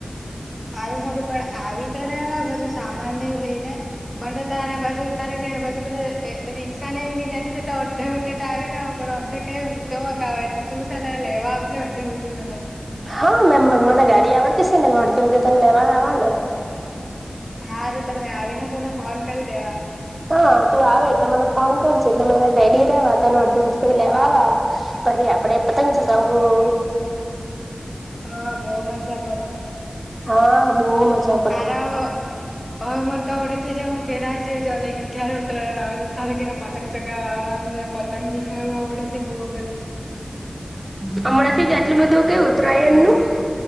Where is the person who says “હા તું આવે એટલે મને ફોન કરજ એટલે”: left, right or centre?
Right